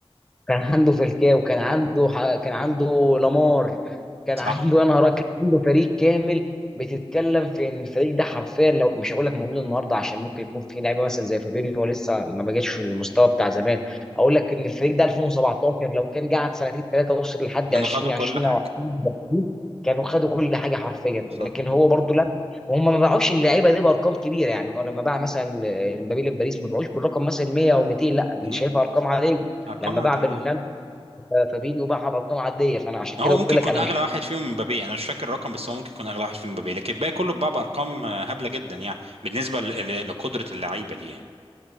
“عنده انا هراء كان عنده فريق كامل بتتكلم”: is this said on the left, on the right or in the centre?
Centre